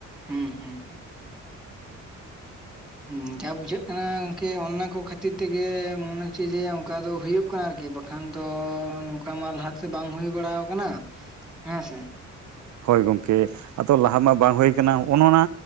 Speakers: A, in the centre; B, on the right (about 65°).
A: ᱦᱮᱸ ᱦᱮᱸ ᱦᱮᱸ ᱦᱩᱸ ᱡᱟ ᱵᱩᱡᱷᱟᱹᱜ ᱠᱟᱱᱟ ᱜᱚᱝᱠᱮ ᱚᱱᱟ ᱠᱚ ᱠᱷᱟᱹᱛᱤᱨ ᱛᱮᱜᱮ ᱢᱚᱱᱮ ᱦᱚᱪᱮ ᱡᱮ ᱚᱱᱠᱟ ᱫᱚ ᱦᱩᱭᱩᱜ ᱠᱟᱱᱟ ᱟᱨᱠᱤ ᱠᱷᱟᱱ ᱫᱚ ᱱᱚᱝᱠᱟ ᱢᱟ ᱞᱟᱦᱟᱛᱮ ᱵᱟᱝ ᱦᱩᱭ ᱵᱟᱲᱟ ᱟᱠᱟᱱᱟ ᱦᱮᱸ ᱥᱮ
B: ᱦᱳᱭ ᱜᱚᱢᱠᱮ ᱟᱫᱚ ᱞᱟᱦᱟ ᱢᱟ ᱵᱟᱝ ᱦᱩᱭ ᱠᱟᱱᱟ ᱦᱚᱜᱼᱚᱱᱟ